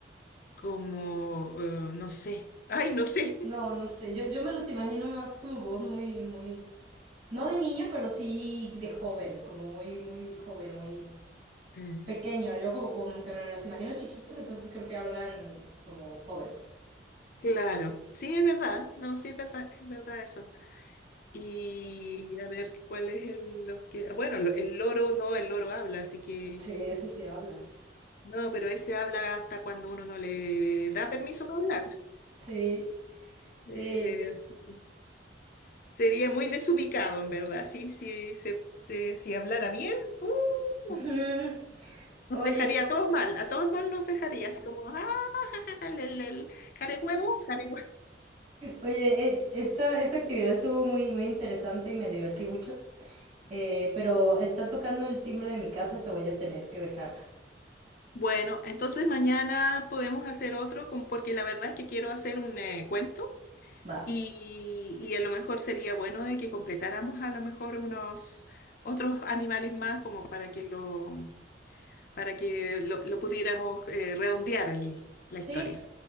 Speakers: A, on the left; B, on the right.
A: como, eh, no sé, <laughs> ay, no sé.
B: No, no sé. Yo, yo me los imagino más como voz muy, muy. No de niño, pero sí de joven, como muy, muy joven, muy
A: Eh,
B: pequeño. Yo como, como que me los imagino chiquitos, entonces creo que hablan como jóvenes.
A: claro, sí, es verdad, no, sí, es verdad, es verdad eso. Y a ver, ¿cuál es el, los que, bueno, lo- el loro, no, el loro habla, así que...
B: Sí, ese sí habla.
A: No, pero ese habla hasta cuando uno no le da permiso para hablar.
B: Sí.
A: Eh,
B: Eh,
A: así que sería muy desubicado, en verdad. Sí, sí, se, se- si hablara bien, ¡uh!
B: <laughs>
A: nos
B: Oye,
A: dejaría a todos mal, a todos mal nos dejaría, así como, ah, jajaja, el, el, el care huevo, care huevo".
B: oye, eh, esta, esta actividad estuvo muy, muy interesante y me divertí mucho. Eh, pero está tocando el timbre de mi casa y te voy a tener que dejar.
A: Bueno, entonces mañana podemos hacer otro, con- porque la verdad es que quiero hacer un eh, cuento
B: Va.
A: y, y a lo mejor sería bueno de que completáramos a lo mejor unos otros animales más como para que lo para que lo, lo pudiéramos eh, redondear el- la
B: Sí,
A: historia.